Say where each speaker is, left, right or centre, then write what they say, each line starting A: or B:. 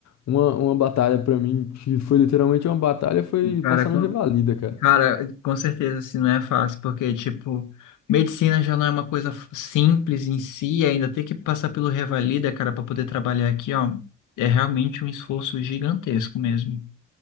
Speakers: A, on the left (about 65°); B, on the left (about 85°).
A: uma, uma batalha pra mim, que foi literalmente uma batalha, foi
B: Cara,
A: passar
B: com,
A: no Revalida, cara.
B: cara, com certeza assim não é fácil, porque, tipo, medicina já não é uma coisa f- simples em si, ainda ter que passar pelo Revalida, cara, para poder trabalhar aqui, ó, é realmente um esforço gigantesco mesmo.